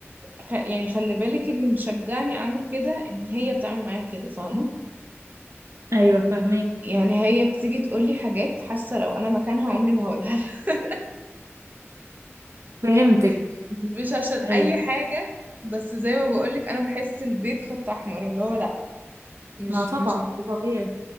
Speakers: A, on the right; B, on the right.
A: خ- يعني خلي بالك اللي مشجعني اعمل كده ان هي بتعمل معايا كده فاهمه
B: ايوه فاهمك
A: يعني هي بتيجي تقول لي حاجات حاسه لو انا مكانها عمري ما هقولها لها <laughs>
B: فهمتك
A: مش مش عشان اي
B: ايوه
A: حاجه بس زي ما بقول لك انا بحس البيت خط احمر اللي هو لا مش
B: ما طبعا
A: مش
B: ده طبيعي